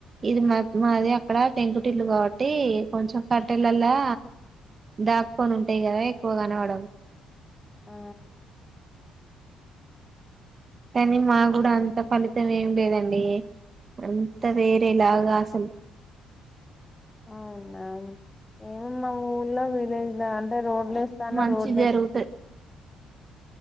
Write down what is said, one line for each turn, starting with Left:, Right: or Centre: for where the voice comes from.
Right: ఇది మా మాది అక్కడ పెంకుటిల్లు కాబట్టి కొంచెం కట్టెలలా దాక్కకొని ఉంటాయి కదా ఎక్కువ కనవడం
Left: ఆ
Right: కానీ మా కూడా అంత ఫలితం ఏమి లేదండి అంత వేరేలాగా అసలు
Left: అవునా ఏమమ్ మా ఊర్లో విలేజ్ లో అంటే రోడ్ స్థాన
Right: మంచి
Left: రోడ్ మీ
Right: జరుగుతది